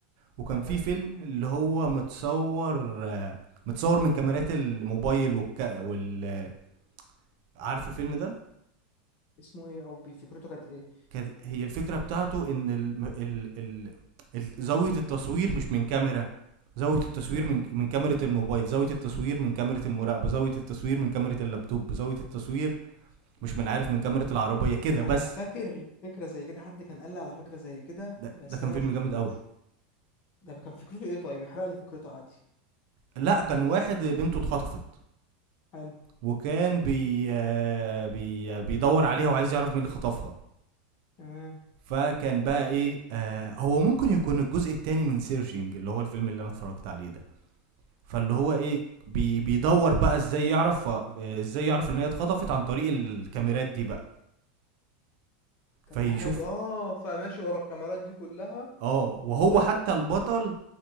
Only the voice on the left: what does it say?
هل
اسمه ايه او بي- فكرته كانت ايه
هم،
انا
فاكر فكره زي كده حد كان قال لي على فكره زي كده
بس
انا
ما شفتوش
ده كان فكرته ايه طيب يحرق لي فكرته عادي
هل
تمام
طب
ما حلو اه فماشي ورا الكاميرات دي كلها
طب والله
فكرة